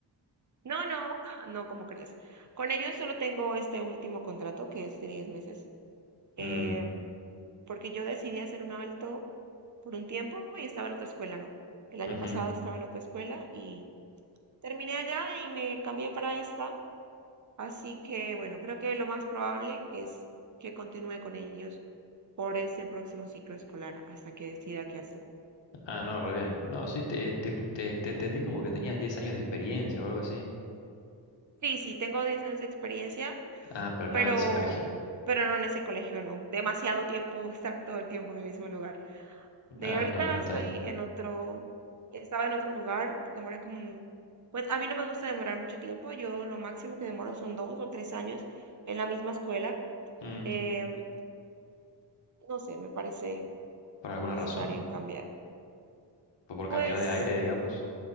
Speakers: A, on the right (about 45°); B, on the left (about 80°).
A: No, no, <laughs> no, como crees? Con ellos solo tengo este último contrato que es de 10 meses, eh,
B: Mm,
A: porque yo decidí hacer un alto por un tiempo y estaba en otra escuela, ¿no? El año
B: ujú.
A: pasado estaba en otra escuela y terminé allá y me cambié para esta. Así que, bueno, creo que lo más probable es que continúe con ellos por este próximo ciclo escolar hasta que decida qué hacer.
B: Ah, no, re bien. No, sí, te, te, te- te entendí como que tenías 10 años de experiencia o algo así.
A: Sí, sí, tengo 10 años de experiencia,
B: Ah, pero no
A: pero,
B: en ese colegio.
A: pero no en ese colegio, no. Demasiado tiempo <laughs> estar todo el tiempo en el mismo lugar. De
B: Ah,
A: ahorita
B: no, no está
A: estoy
B: bien.
A: en otro, estaba en otro lugar, demoré como, pues a mí no me gusta demorar mucho tiempo, yo lo máximo que demoro son dos o tres años en la misma escuela.
B: Mm,
A: Em, no sé, me parece
B: ¿por alguna
A: necesario
B: razón?
A: cambiar.
B: ¿Por, por
A: Pues
B: cambiar de aire, digamos?